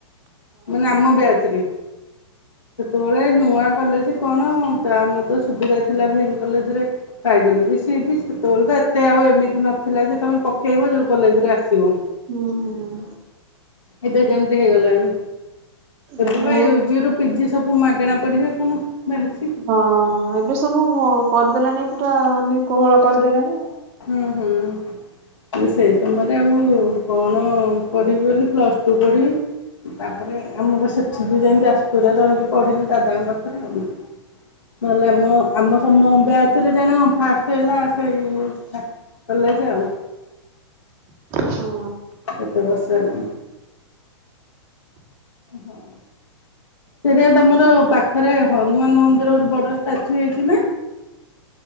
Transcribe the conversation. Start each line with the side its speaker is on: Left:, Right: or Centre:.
Left: ମାନେ ଆମ ବ୍ୟାଜ ରେ ସେତେବେଳେ ନୂଆ କଲେଜ ଯେ କଣ ତା ମର ତ ସୁବିଧା ଥିଲା ବି ଏନ୍ କଲେଜ ରେ ପାଇଗଲି ବି ସେିଠି ତୋ ବଲେ ତ ଏତେ ଆଉ ଏମିତି ନଥିଲା ଯେ ତୁମେ ପକାଇବ ଯେଉଁ କଲେଜରେ ଆସିବ।
Right: ହୁଁ ହୁଁ।
Left: ଏବେ ଯେମିତି ହେଇଗଲାଣି ଏବେ
Right: ଏ ମୁଁ
Left: ବାୟ ସବୁ ମାଗଣା ପଡିବେ କଣ? ବାହାରିଛି
Right: ହଁ ଏବେ ସବୁ କରିଦେଲାଣି ପୁରା କୋହଳ କରିଦେଲାଣି।
Left: ହୁଁ ହୁଁ। ସେଇ ସମୟରେ ଆଉ କଣ ପଢିବି ବୋଲି ପ୍ଲସ ଟୁ ପଢିବି ତାପରେ ଆମର ସେଠି ବି ଯାଇ ଯାଜପୁରରେ ରହିଲି ପଢିଲି ଦାଦାଙ୍କ ପାଖରେ ଆଉ। ନହେଲେ ଆମ ଆମ ସମ ବ୍ୟାଚ ରେ ଜାଣ ଫାଷ୍ଟ ହେଲା ସେଇ ଅଲା ଯଉ।
Right: ହଁ
Left: ଏତେ ଭର୍ଷାଲା। ହଁ। ସେଟା ତମର ପାଖରେ ହନୁମାନ ମନ୍ଦିର ଗୋଟେ ବଡ ଷ୍ଟାଚୁ ହେଇଛି ନା? <inaudible>